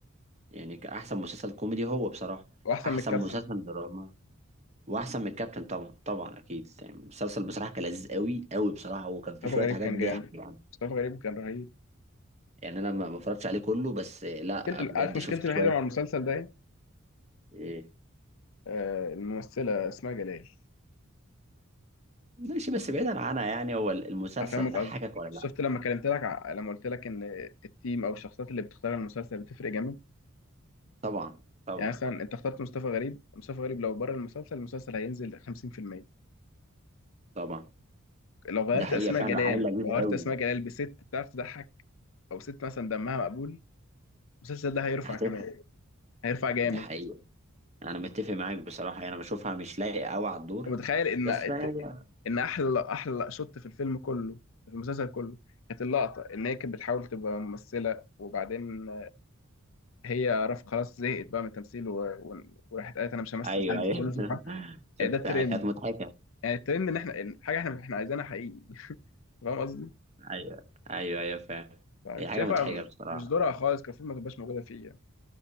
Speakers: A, on the right; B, on the left.
A: يعني كأحسن مسلسل كوميدي هو بصراحة
B: واحسن
A: أحسن
B: من الكابتن
A: مسلسل دراما واحسن من الكابتن طبعا طبعا اكيد يعني المسلسل بصراحه كان لذيذ قوي قوي بصراحه وكان فيه
B: مصطفى
A: شويه
B: غريب
A: حاجات
B: كان
A: ضحك
B: جامد
A: يعني
B: مصطفى غريب كان رهيب
A: يعني انا ما ما اتفرجتش عليه كله بس آه، لا
B: مشكلتي
A: بجد
B: عارف مشكلتي
A: شفت شويه
B: الوحيده مع المسلسل ده إيه؟
A: آه،
B: آه، الممثلة اسمها جلال
A: ماشي بس بعيدا عنها يعني هو المسلسل
B: هفهمك
A: ضحكك
B: قصدي
A: ولا
B: شفت
A: لا
B: لما كلمت لك ع- لما قلت لك ان التيم او الشخصيات اللي بتختار المسلسل بتفرق جامد
A: طبعا طبعا
B: يعني مثلا انت اخترت مصطفى غريب مصطفى غريب لو بره المسلسل المسلسل هينزل 50%
A: طبعا
B: لو غيرت
A: ده حقيقه
B: اسماء
A: فعلا
B: جلال
A: عيل لذيذ
B: لو
A: قوي
B: غيرت اسماء جلال بست بتعرف تضحك او ست مثلا دمها مقبول المسلسل ده هيرفع
A: هتفهم
B: كمان هيرفع جامد
A: ده حقيقه انا متفق معاك بصراحه يعني انا بشوفها مش لايقه قوي على الدور
B: انت متخيل ان
A: بس
B: الت-
A: بقى هي-
B: ان احلى احلى شوت في الفيلم كله في المسلسل كله كانت اللقطة إن هي كانت بتحاول تبقى ممثلة وبعدين هي رف خلاص زهقت بقى من التمثيل و... و... وراحت قالت انا مش همثل
A: ايوه
B: تاني
A: ايوه
B: في كل سبحان
A: <laughs>
B: يعني
A: شفتها
B: ده الترند
A: كانت مضحكه
B: يعني الترند ان احنا إن حاجه احنا احنا عايزينها حقيقي <laughs> فاهم قصدي؟
A: ايوه ايوه ايوه فعلا
B: فكنت
A: هي حاجه
B: شايفها
A: مضحكه بصراحه
B: مش دورها خالص كان المفروض ما تبقاش موجوده فيه يعني